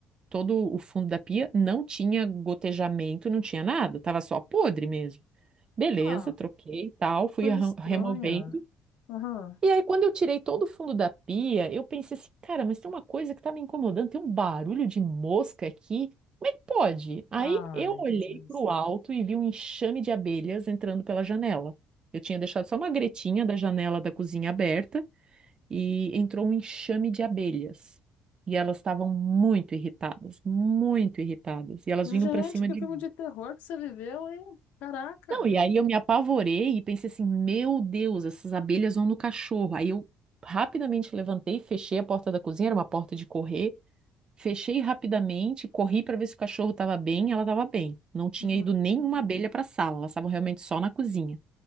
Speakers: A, on the right; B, on the left.
A: todo o fundo da pia, não tinha gotejamento, não tinha nada, tava só podre mesmo. Beleza,
B: Ah,
A: troquei e tal, fui
B: coisa
A: arran-
B: estranha.
A: removendo.
B: Aham.
A: E aí, quando eu tirei todo o fundo da pia, eu pensei assim, cara, mas tem uma coisa que tá me incomodando, tem um barulho de mosca aqui. Como é que pode? Aí
B: Ai,
A: eu olhei
B: Jesus.
A: para o alto e vi um enxame de abelhas entrando pela janela. Eu tinha deixado só uma gretinha da janela da cozinha aberta e entrou um enxame de abelhas. E elas estavam muito irritadas, muito irritadas. E elas
B: Gente,
A: vinham para cima
B: que
A: de
B: filme de terror que você viveu, hein? Caraca!
A: não, e aí eu me apavorei e pensei assim, meu Deus, essas abelhas vão no cachorro. Aí eu rapidamente levantei, fechei a porta da cozinha, era uma porta de correr, fechei rapidamente, corri para ver se o cachorro estava bem, ela estava bem. Não tinha
B: Uhum.
A: ido nenhuma abelha para a sala, elas estavam realmente só na cozinha.